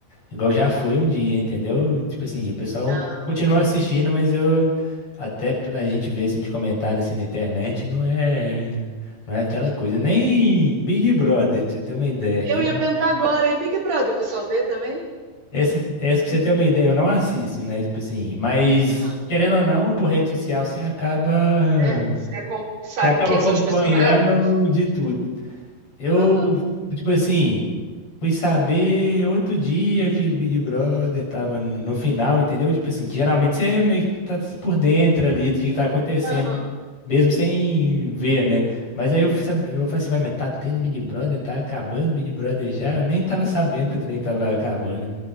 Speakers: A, on the left; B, on the right.
A: igual já foi um dia, entendeu? Tipo assim, o pessoal
B: Ah,
A: continua
B: ok.
A: assistindo, mas eu até pra gente ver assim de comentário assim na internet, não é não é aquela coisa, nem Big Brother, pra você ter uma ideia, que
B: Eu
A: era
B: ia
A: uma...
B: perguntar agora, e Big Brother, o pessoal vê também?
A: essa, essa pra você ter uma ideia, eu não assisto, né? Tipo assim, mas
B: Aham.
A: querendo ou não, por rede social você acaba
B: É, você acom- sabe
A: você acaba
B: quem
A: acompanhando
B: são os personagens?
A: de tudo. Eu,
B: Aham.
A: tipo assim, fui saber outro dia que o Big Brother tava no, no final, entendeu? Tipo assim, que geralmente você meio que tá por dentro ali do que tá acontecendo,
B: Aham.
A: mesmo sem ver, né? Mas aí eu fui saber, eu falei assim, "Ué, mas tá tendo Big Brother, tá acabando o Big Brother já? Eu nem tava sabendo que o trem tava acabando.